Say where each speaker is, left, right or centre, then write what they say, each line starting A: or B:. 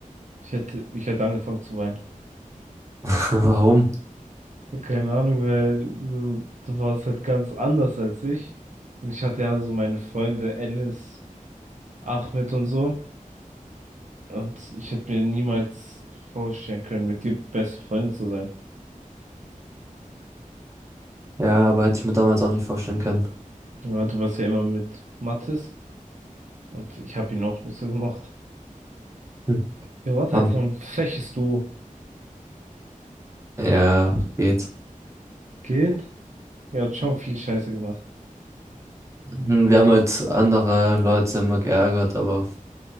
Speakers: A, on the right; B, on the right.
A: ich hätte, ich hätte angefangen zu weinen.
B: <laughs> Warum?
A: Ja, Keine Ahnung, weil du, du warst halt ganz anders als ich. Und ich hatte ja so meine Freunde Enes, Ahmed und so. Und ich hätte mir niemals vorstellen können, mit dir beste Freunde zu sein.
B: Ja, aber hätte ich mir damals auch nicht vorstellen können.
A: Ja, du warst ja immer mit Mathis und ich habe ihn auch nicht so gemacht.
B: Hm.
A: Ihr wart
B: Haben,
A: halt so ein freches Duo.
B: ja, geht.
A: Geht? Ihr habt schon viel Scheiße gemacht.
B: Hm, Wir haben halt andere Leute immer geärgert, aber.